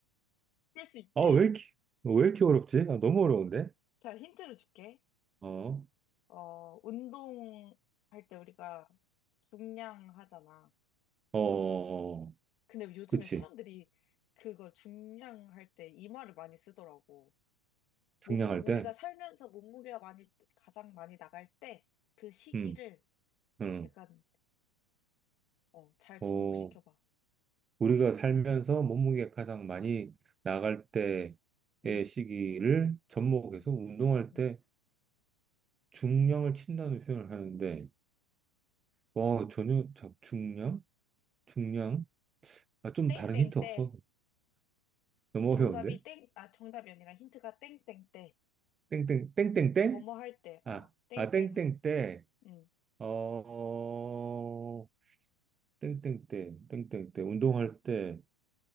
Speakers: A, on the left; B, on the right.
A: 그럴 수 있지.
B: 아, 왜 이렇게 왜 이렇게 어렵지? 아, 너무 어려운데?
A: 자, 힌트를 줄게.
B: 어, 어,
A: 어, 운동할 때 우리가 중량 하잖아.
B: 어, 어.
A: 근데 요즘에
B: 그치.
A: 사람들이 그걸 중량할 때 이 말을 많이 쓰더라고.
B: 증량할
A: 몸무, 우리가
B: 때,
A: 살면서 몸무게가 많이, 가장 많이 나갈 때 그 시기를
B: 응 응
A: 약간, 어, 잘
B: 어,
A: 접목시켜봐.
B: 우리가 살면서 몸무게 가장 많이 나갈 때의
A: 응,
B: 시기를 접목해서
A: 응,
B: 운동할
A: 응.
B: 때 중량을 친다는 표현을 하는데, 와, 전혀 자- 중량, 중량, 아, 좀
A: 땡땡
B: 다른 힌트
A: 때.
B: 없어. 너무
A: 정답이
B: 어려운데?
A: 땡, 아, 정답이 아니라 힌트가 땡땡 때.
B: 땡땡 땡땡땡?
A: 뭐뭐 할 때,
B: 아,
A: 어, 땡땡,
B: 아 땡땡땡.
A: 응.
B: 어, 땡땡땡, 땡땡땡, 운동할 때,